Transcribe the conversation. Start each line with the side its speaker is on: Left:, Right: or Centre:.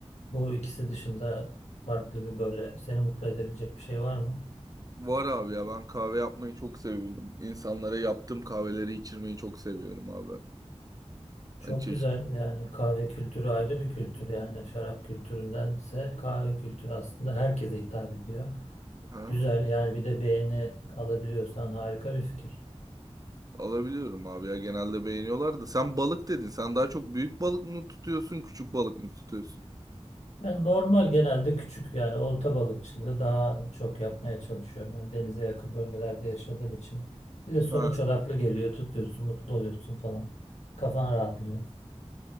Left: bu ikisi dışında farklı bir böyle seni mutlu edebilecek bir şey var mı?
Right: Var abi ya ben kahve yapmayı çok seviyorum. İnsanlara yaptığım kahveleri içirmeyi çok seviyorum abi.
Left: Çok
Right: Hani çeşit
Left: güzel yani kahve kültürü ayrı bir kültür yani şarap kültüründense kahve kültürü aslında herkese hitap ediyor.
Right: ha?
Left: Güzel yani bir de beğeni alabiliyorsan harika bir fikir.
Right: alabiliyorum abi ya genelde beğeniyorlar da. Sen balık dedin. Sen daha çok büyük balık mı tutuyorsun, küçük balık mı tutuyorsun?
Left: Yani normal genelde küçük yani olta balıkçılığı daha çok yapmaya çalışıyorum. Yani denize yakın bölgelerde yaşadığım için. Bir de sonuç
Right: Ha,
Left: odaklı geliyor. Tutuyorsun, mutlu oluyorsun falan. Kafan rahatlıyor.